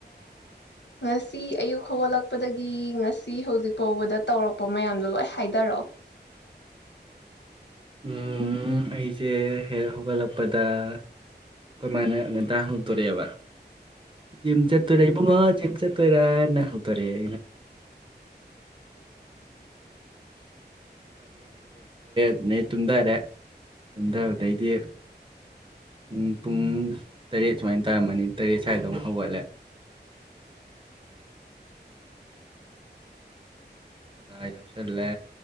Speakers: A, on the left; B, on the right.
A: ꯉꯁꯤ ꯑꯌꯨꯛ ꯍꯧꯒꯠꯂꯛꯄꯗꯒꯤ ꯉꯁꯤ ꯍꯧꯖꯤꯛ ꯐꯥꯎꯕꯥꯗ ꯇꯧꯔꯛꯄꯥ ꯃꯌꯥꯝꯗꯣ ꯂꯣꯏ ꯍꯥꯏꯗꯔꯛ ꯑꯣ
B: ꯎꯝꯝꯝꯝꯝ ꯑꯩꯖꯦ ꯍꯦꯛ ꯍꯧꯒꯠꯂꯛꯄꯗ ꯑꯩꯈꯣꯏꯃꯅꯥ ꯉꯟꯇꯥ ꯍꯧꯗꯣꯔꯛ ꯑꯦꯕꯥ ꯖꯤꯝ ꯆꯠꯇꯣꯏꯔꯥ ꯏꯕꯨꯡꯉꯣ ꯖꯤꯝ ꯆꯠꯇꯣꯏꯔꯅꯥ ꯍꯧꯗꯣꯔꯛ ꯑꯦ ꯑꯗꯩꯩ ꯇꯨꯝꯗꯔꯦ ꯇꯨꯝꯗꯕꯗꯩꯩꯗꯤ ꯎꯝ ꯄꯨꯡ ꯇꯔꯦꯠ ꯁꯨꯃꯥꯏ ꯇꯔꯝꯃꯅꯤ ꯇꯥꯔꯦꯠ ꯁꯋꯥꯏꯗ ꯑꯃꯨꯛ ꯍꯧꯒꯠꯂꯦ <inaudible> ꯌꯥꯎꯁꯤꯟꯂꯦ